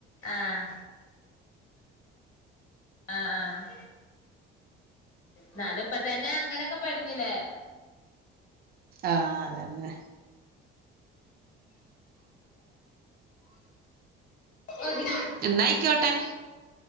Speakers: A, on the left; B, on the right.
A: ആഹ് ആഹ് ആഹ് ഇന്നാലും ഇപ്പതന്നെ അങ്ങനൊക്കെ പടിഞ്ഞില്ലേ
B: ആഹ് അത് തന്നെ
A: ഉം
B: എന്നാ ആയിക്കോട്ടെ